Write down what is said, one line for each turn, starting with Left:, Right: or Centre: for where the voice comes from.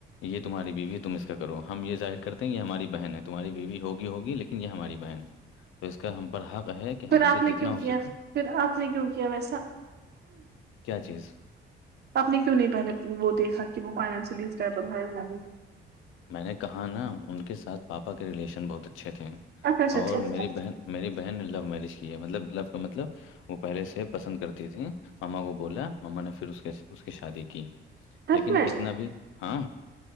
Left: یہ تمہاری بیوی ہے تم اس کا کرو ہم یہ ظاہر کرتے ہیں یہ ہماری بہن ہے تمہاری بیوی ہوگی ہوگی لیکن یہ ہماری بہن ہے تو اس کا ہم پر حق ہے کہ
Right: پھر
Left: ہم
Right: آپ
Left: سے
Right: نے
Left: جتنا
Right: کیوں
Left: ہو
Right: کیا
Left: سکے
Right: پھر آپ نے کیوں کیا ویسا
Left: کیا چیز
Right: آپ نے کیوں نہیں پہنے وہ دیکھا کہ وہ فائنشلی اسٹیبل ہے یا نہیں
Left: میں نے کہا نا ان کے ساتھ پاپا کے ریلیشن بہت اچھے تھے
Right: اچھا اچھا
Left: اور
Right: ٹھیک
Left: میری
Right: ہے،
Left: بہن میری بہن نے لو میرج کی ہے مطلب لو کا مطلب وہ پہلے سے پسند کرتی تھی مما کو بولا ماما نے پھر اس کے اس کی شادی کی
Right: سچ
Left: لیکن
Right: میں
Left: اتنا بھی ہاں